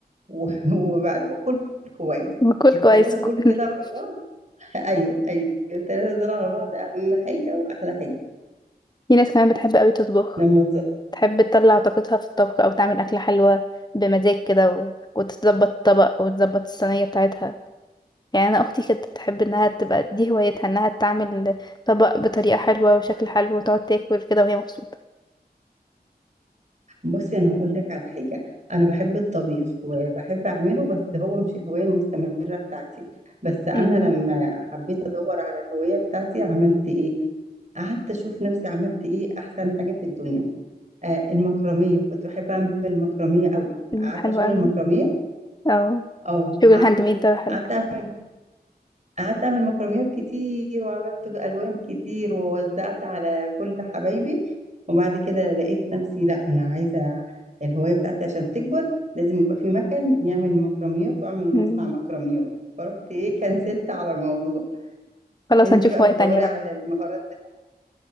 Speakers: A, on the right (about 45°); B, on the left (about 25°).
A: و- <laughs> وبعد وكل كويس
B: باكل
A: الثلاثة
B: كويس
A: دول كده
B: <laughs>
A: <laughs> ايوه ايوه التلاتة دول على بعض اهم حاجة واحلى حاجة
B: في ناس كمان بتحب قوي تطبخ
A: لما ز...
B: تحب تطلع طاقتها في الطبخ او تعمل اكلة حلوة بمزاج كده و... وتظبط الطبق وتظبط الصينية بتاعتها يعني انا اختي كانت تحب انها تبقى دي هوايتها انها تعمل طبق بطريقة حلوة وشكل حلو وتقعد تاكل كده وهي مبسوطة
A: بصي انا هقول لك على حاجة انا بحب الطبيخ وبحب اعمله بس هو مش الهواية المستمرة بتاعتي بس انا
B: امم
A: لما حبيت ادور على الهواية بتاعتي عملت ايه قعدت اشوف نفسي عملت ايه احسن حاجة في الدنيا آه المكرمية كنت بحب اعمل المكرمية قوي
B: أمم،
A: عارفة
B: حلوة
A: شغل
B: اوي
A: المكرمية
B: او
A: اه
B: شغل
A: قعدت
B: الهاند ميد ده حلو
A: قعدت اعمل قعدت اعمل مكرميات كتير وعملت الوان كتير ووزعت على كل حبايبي وبعد كده لقيت نفسي لا انا عايزه الهوايه بتاعتي عشان تكبر لازم يبقى في مكان يعمل مكرميات واعمل مصنع
B: أمم،
A: مكرميات فرحت ايه كنسلت على الموضوع
B: خلاص
A: انتي
B: هنشوف
A: بقى
B: هواية
A: بتدوري
B: تانية بقى
A: على المهارات بتاعتك